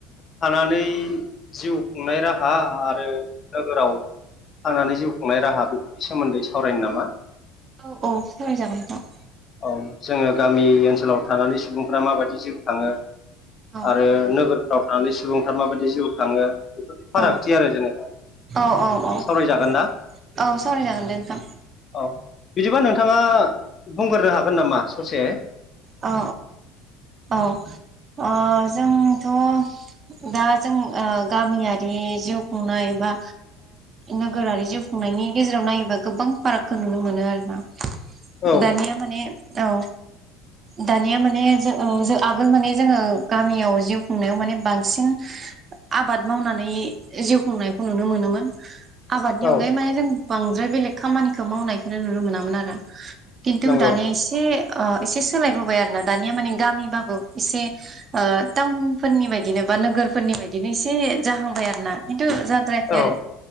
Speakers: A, on the left; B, on the right.
A: थानानै जिउ खुंनाय राहा आरो नोगोराव थानानै जिउ खुंनाय राहा बेफोरनि सोमोन्दै सावरायनो नामा?
B: औ औ सावराय जागोन नोंथां
A: औ जोङो गामि ओनसोलाव थानानै सुबुंफ्रा माबायदि जिउ खाङो
B: औ
A: आरो नोगोरफ्राव थानानै सुबुंफ्रा माबायदि जिउ खाङो बेफोर फारागथि
B: औ
A: आरो जेनेबा
B: औ औ औ औ
A: सावरायजागोन ना
B: सावरायजागोन दे नोंथां
A: औ बिदिबा नोंथाङा बुंग्रोनो हागोन नामा ससे
B: औ औ औ जोंथ' दा जों ओ गामियारि जिउ खुंनाय बा नोगोरारि जिउ खुंनायनि गेजेराव नायोबा गोबां फारागखौ नुनो मोनो आरोना
A: औ
B: दानिया माने औ दानिया माने जो आगोल माने जोङो गामियाव जिउ खुंनायाव माने बांसिन आबाद मावनानै जिउ खुंनायखौ नुनो मोनोमोन। आबादनि अनगायै
A: औ
B: मे जों बांद्राय बेलेग खामानिखौ मावनायखौनो नुनो मोनामोन आरो खिन्थु
A: नंगौ
B: दानिया एसे एसे सोलायबोबाय आरो ना दानिया माने गामिबाबो एसे टाउनफोरनि बायदिनो बा नोगोरफोरनि बायदिनो एसे जाहांबाय आरोना खिन्थु द्रायाखै
A: औ
B: आरो